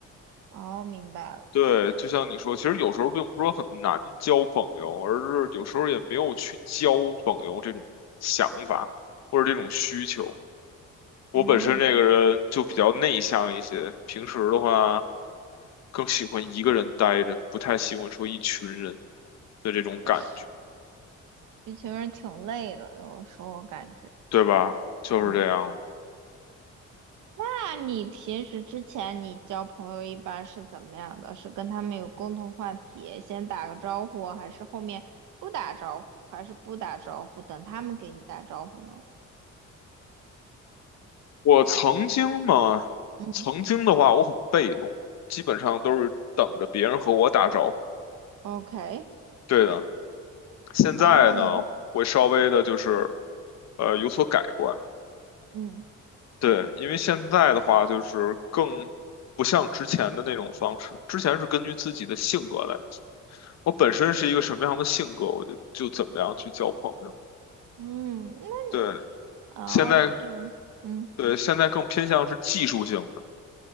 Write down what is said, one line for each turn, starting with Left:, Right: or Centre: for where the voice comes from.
Right: 哦，明白了。
Left: 对，就像你说，其实有时候并不是说很难交朋友，而是有时候也没有去交朋友这种想法或者这种需求。我本身这个人就比较内向一些，
Right: 嗯，
Left: 平时的话更喜欢一个人待着，不太喜欢说一群人的这种感觉，
Right: 也是，一群人挺累的，有时候我感觉。
Left: 对吧？就是这样。
Right: 嗯，那你平时之前你交朋友一般是怎么样的？是跟他们有共同话题，先打个招呼，还是后面不打招呼，还是不打招呼，等他们给你打招呼呢？
Left: 我曾经嘛，
Right: 嗯
Left: 曾经的话我很被动，基本上都是等着别人和我打招呼。
Right: ，OK，
Left: 对的。现在呢，
Right: 然后呢？
Left: 会稍微的就是呃有所改观。
Right: 嗯。
Left: 对，因为现在的话就是更不像之前的那种方式，之前是根据自己的性格来，我本身是一个什么样的性格，我就就怎么样去交朋友。
Right: 嗯，因为
Left: 对，
Right: 哦，
Left: 现在
Right: 就是嗯，
Left: 对现在更偏向是技术性的，